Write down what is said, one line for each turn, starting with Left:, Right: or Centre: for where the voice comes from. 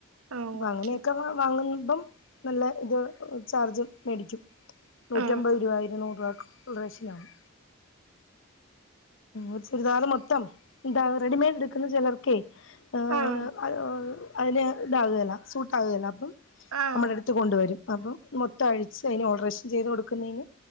Right: ആഹ്
Left: അപ
Right: ഓക്കെ
Left: അങ്ങനെയൊക്കെ വാങ്ങുമ്പം നല്ല ഇത് ചാർജ് മേടിക്കും നൂറ്റമ്പത്
Right: ആഹ്
Left: രൂവ ഇരുന്നൂറുവ ഒക്ക്‌ ഓൾഡ്രെഷനാവും ഒരു ചുരിദാർ മൊത്തം എന്താ റെഡിമെയഡ് എടുക്കുന്ന ചെലർ ക്കെ ഇഹ്
Right: ആഹ്
Left: അഹ് അതിന് ഇതാകുകേല സൂട്ട് ആകുകേല അപ്പം
Right: ആഹ്
Left: നമ്മുടെ അടുത്ത് കൊണ്ടുവരും. അപ്പം മൊത്തം അഴിച്ച് അതിന് ഓൾട്ടറേഷൻ ചെയ്ത് കൊടുക്കുന്നേന്